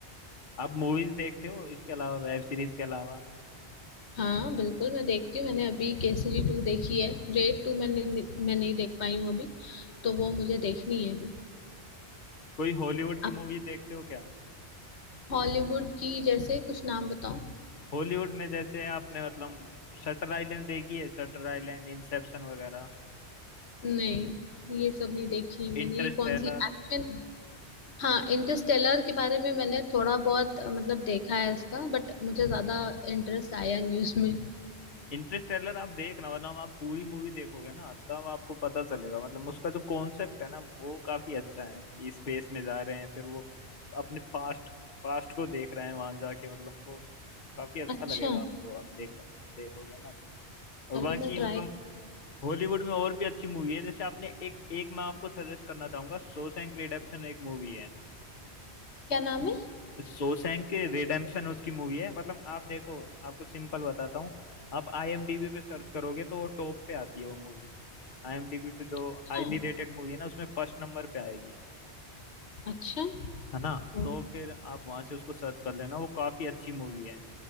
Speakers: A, on the left (about 50°); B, on the left (about 75°).
A: आप मूवीज देखते हो इसके अलावा वेब सीरीज के अलावा
B: हाँ बिल्कुल मैं देखती हूँ मैंने अभी केसरी टू देखी है रेड टू मैंने मैं नहीं देख पाई हूँ अभी तो वो मुझे देखनी है अभी
A: कोई हॉलीवुड की
B: आप
A: मूवी देखते हो क्या
B: हॉलीवुड की जैसे कुछ नाम बताओ
A: हॉलीवुड में जैसे आपने मतलब शटर आइलैंड देखी है शटर आइलैंड इंसेप्शन वगैरह
B: नहीं ये सब नहीं देखी है मैंने
A: इंटरस्टेलर
B: ये कौन सी एक्शन हाँ इंटरस्टेलर के बारे में मैंने थोड़ा बहुत अ, मतलब देखा है इसका बट मुझे ज्यादा इंटरेस्ट आया नहीं उसमें
A: इंटरस्टेलर आप देखना मतलब आप पूरी मूवी देखोगे ना तब आपको पता चलेगा मतलब उसका जो कॉन्सेप्ट है ना वो काफी अच्छा है कि स्पेस में जा रहे हैं फिर वो अपने पास्ट पास्ट को देख रहे हैं वहां जाके मतलब वो काफी अच्छा
B: अच्छा
A: लगेगा आपको आप देख देखोगे ना तो और
B: चलो
A: बाकी
B: मैं ट्राई
A: मतलब हॉलीवुड में और भी अच्छी मूवी है जैसे आपने एक एक मैं आपको सजेस्ट करना चाहूंगा शॉशैंक रिडेम्पशन एक मूवी है
B: क्या नाम है
A: शोशैंक रिडेम्पशन उसकी मूवी है मतलब आप देखो आपको सिंपल बताता हूँ आप आईएमडीबी पे सर्च करोगे तो वो टॉप पे आती है वो मूवी आईएमडीबी पे जो
B: अच्छा
A: हाईली रेटेड मूवी है ना उसमें फर्स्ट नंबर पे आएगी
B: अच्छा
A: है ना
B: ओ,
A: तो फिर आप वहां से उसको सर्च कर लेना वो काफी अच्छी मूवी है